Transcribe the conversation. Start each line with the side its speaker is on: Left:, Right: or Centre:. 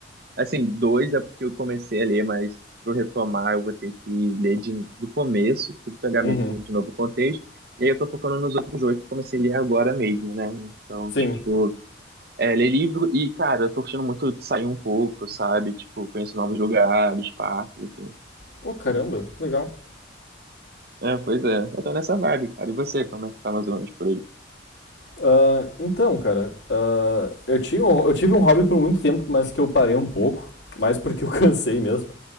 Right: Assim, dois é porque eu comecei a ler, mas pra eu retomar, eu vou ter que ler de, do começo, tem que pegar
Left: Uhum.
Right: mesmo de novo o contexto. E aí eu tô focando nos outros dois que eu comecei a ler agora mesmo, né? Então,
Left: Sim.
Right: tipo. É, ler livro e, cara, eu tô gostando muito de sair um pouco, sabe? Tipo, conhecer novos lugares, parques, enfim.
Left: Pô, caramba, legal.
Right: É, pois é, eu tô nessa vibe, cara. E você, como é que tá mais ou menos por aí?
Left: Ah, então, cara, ah, eu tinha, um- eu tive um hobby por muito tempo, mas que eu parei um pouco, mais porque eu <laughs> cansei mesmo.